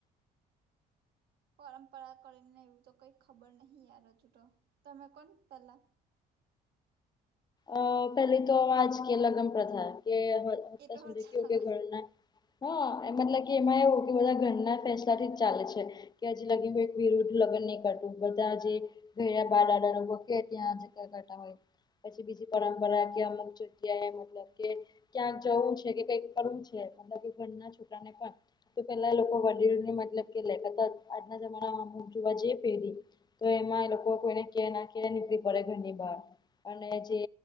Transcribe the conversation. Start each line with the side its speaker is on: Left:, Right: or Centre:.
Right: પરંપરા કરીને એવું તો કઈ ખબર નહિ યાર હજૂ તો તમે કોણ પેલા
Left: અ પેલી તો આજ કે લગ્ન પ્રથા
Right: એ
Left: કે
Right: તો
Left: સુધ
Right: હ
Left: કું
Right: ચાલવા
Left: કે ઘરના હા એ મતલબ કે એમાં એવ કે બધા ઘરના ફેસલા થી જ ચાલે છે કે હજ લાગી એક વિરુદ્ધ લગ્ન નહીં કરતું બધા જે ઘ બારાડાો કે ત્યાં કરતા હોય. પછી બીજી પરંપરા કે અમુક જગ્યાએ મતલબ કે ક્યાંક જવું છે, કે કઈક કરવું છે, મતલબ કે ઘરના છોકરાને પણ તો પેલા લોકો વડીલો ને મતલબ કે લેતાતા આજના જમાનામાં જોવા જઈએ પેરી તો એમાં એ લોકો કોઈને કે ના કે નીકળી પડે ઘરની બહાર અને જે